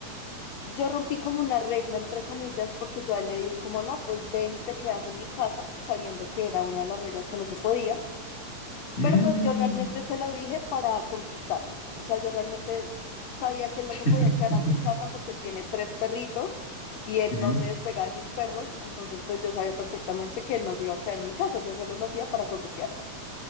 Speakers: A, on the left; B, on the left.
A: Yo rompí como una regla, entre comillas, porque yo a él le dije como no, pues ven y te quedas en mi casa, sabiendo que era una de las reglas que no se podía,
B: Mm.
A: pero pues yo realmente se lo dije para conquistarlo. O sea, yo realmente sabía que él no
B: <laughs>
A: se podía quedar en mi casa porque él tiene tres perritos y él
B: Ujú.
A: no se despega de sus perros, entonces pues yo sabía perfectamente que él no se iba a quedar en mi casa, yo solo lo hacía para coquetearle,